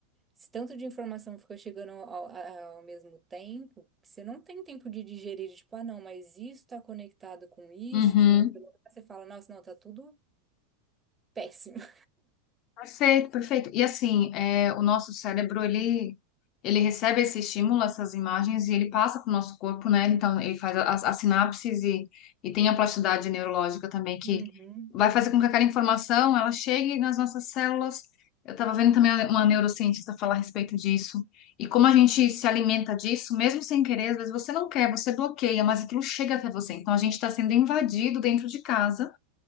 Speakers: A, on the right; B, on the left.
A: esse tanto de informação ficou chegando ao, ao- ao mesmo tempo, que você não tem tempo de digerir, tipo, ah, não, mas isso tá conectado com isso,
B: Uhum.
A: com aquilo. lá. Você fala, nossa, não, tá tudo péssimo.
B: Perfeito, perfeito. E assim, é, o nosso cérebro, ele, ele recebe esse estímulo, essas imagens, e ele passa para o nosso corpo, né? Então, ele faz as, as sinapses e, e tem a plasticidade neurológica também, que
A: Uhum.
B: vai
A: <laughs>
B: fazer com que aquela informação, ela chegue nas nossas células. Eu estava vendo também uma neurocientista falar a respeito disso. E como a gente se alimenta disso, mesmo sem querer, às vezes você não quer, você bloqueia, mas aquilo chega até você. Então, a gente está sendo invadido dentro de casa